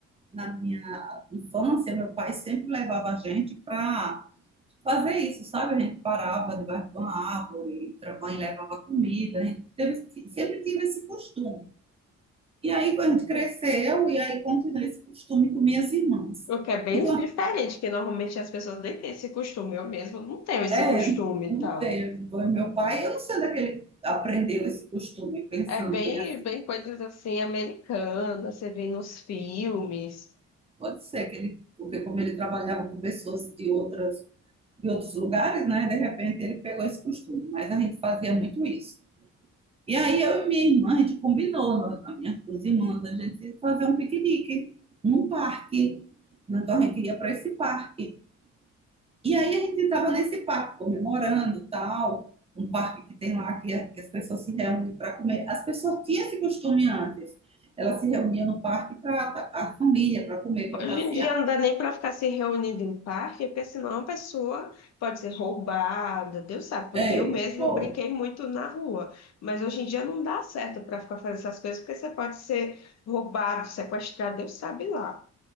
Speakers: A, on the right; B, on the left.
A: na minha infância, meu pai sempre levava a gente para fazer isso, sabe? A gente parava debaixo de uma árvore, a mãe levava comida, a gente teve, sempre tive esse costume. E aí a gente cresceu e aí continuei esse costume com minhas irmãs.
B: O que é bem
A: Então,
B: diferente, que normalmente as pessoas nem têm esse costume, eu mesmo não tenho esse
A: é,
B: costume
A: não
B: e tal.
A: teve. Foi Meu pai, eu não sei onde é que ele aprendeu esse costume, pensando
B: É bem,
A: bem assim.
B: bem coisas assim, americanas, você vê nos filmes.
A: Pode ser que ele, porque como ele trabalhava com pessoas de outras em outros lugares, né? De repente ele pegou esse costume, mas a gente fazia muito isso. E aí eu e minha irmã, a gente combinou, nós- as minhas duas irmãs, a gente fazer um piquenique num parque. Né, Então a gente ia para esse parque. E aí a gente estava nesse parque comemorando, tal, um parque que tem lá que, é, que as pessoas se reúnem para comer. As pessoas tinham esse costume antes. Elas se reuniam no parque para a família, para comer, para
B: Hoje
A: passear.
B: em dia não dá nem para ficar se reunindo em parque, porque senão a pessoa pode ser roubada, Deus sabe, porque
A: É,
B: eu mesmo
A: ó,
B: brinquei muito na rua. Mas hoje em dia não dá certo para ficar fazendo essas coisas, porque você pode ser roubado, sequestrado, Deus sabe lá.